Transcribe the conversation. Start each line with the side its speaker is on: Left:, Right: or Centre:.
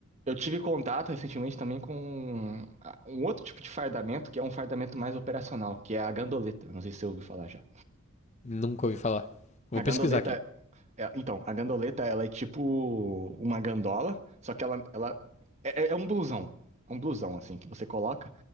Right: Eu tive contato recentemente também com a- um outro tipo de fardamento, que é um fardamento mais operacional, que é a gandoleta. Não sei se você ouviu falar já.
Left: Nunca ouvi falar. Vou
Right: A gandoleta,
Left: pesquisar aqui.
Right: é- então, a gandoleta, ela é tipo uma gandola, só que ela, ela é, é é um blusão, é um blusão, assim, que você coloca,